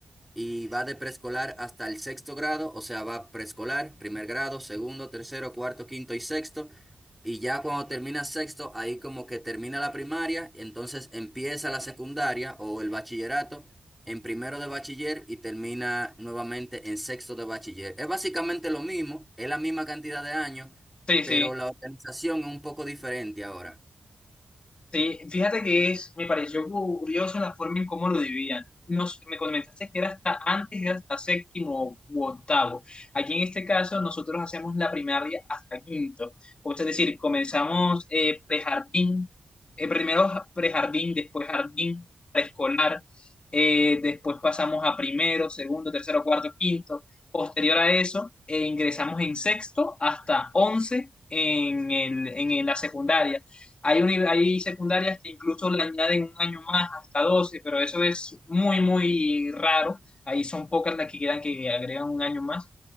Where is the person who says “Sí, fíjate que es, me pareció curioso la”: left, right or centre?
Left